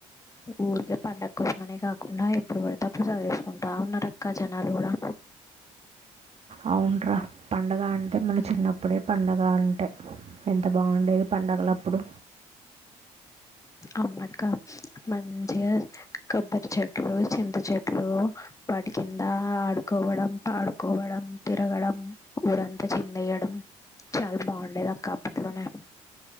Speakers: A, on the left; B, on the right.
A: ఊరికే పండగ కోసమనే కాకుండా ఎప్పుడు పడితే అప్పుడు సదిరేస్కుంటా ఉన్నారు అక్క జనాలు కూడా
B: అవున్రా పండగ అంటే మన చిన్నప్పుడే పండగ అంటే ఎంత బాగుండేది పండుగలప్పుడు
A: అవునక్క మంచిగా కొబ్బరి చెట్లు, చింత చెట్లు వాటి కింద ఆడుకోవడం, పాడుకోవడం, తిరగడం, ఊరంతా చిందేయడం చాలా బాగుండేది అక్క అప్పట్లోనే